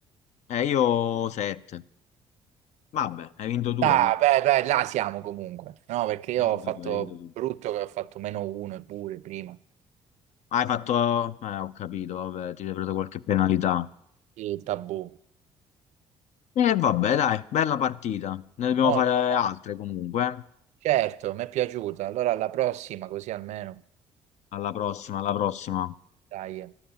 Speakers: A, on the left; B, on the right.
A: Eh, io 7. Vabbè, hai vinto tu
B: Dai,
A: allora,
B: beh, beh, là siamo comunque, no? Perché io
A: hai
B: ho
A: vinto
B: fatto
A: tu, hai vinto tu.
B: brutto che ho fatto meno uno pure prima,
A: Ah, Hai fatto, eh, ho capito, vabbè, ti sei preso qualche penalità.
B: il tabù.
A: E vabbè, dai, bella partita, ne dobbiamo
B: Molto,
A: fare
B: molto.
A: altre comunque, eh.
B: Certo, mi è piaciuta. Allora alla prossima, così almeno.
A: Alla prossima, alla prossima.
B: Dai.